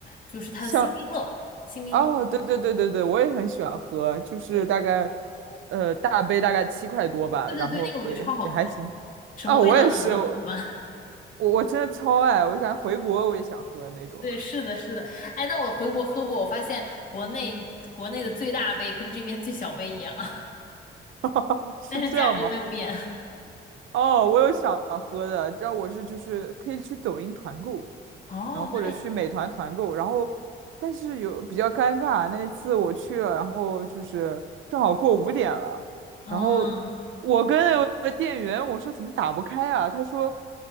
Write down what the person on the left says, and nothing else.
就是它的星冰乐，
星冰乐，
对
对对对，
那个我觉得超好喝，什么味道的我都喜欢。
<laughs>
对，是的，是的，哎，那我回国喝过，我发现国内国内的最大杯跟这边最小杯一样，<laughs>
但是价格没有变。<laughs>
哦，
那还，
嗯